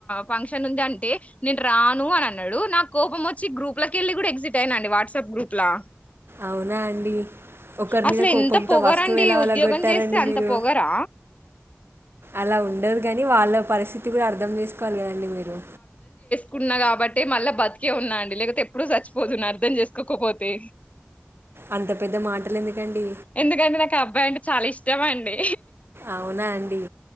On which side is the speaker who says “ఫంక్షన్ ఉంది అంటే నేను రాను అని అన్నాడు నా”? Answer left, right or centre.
Left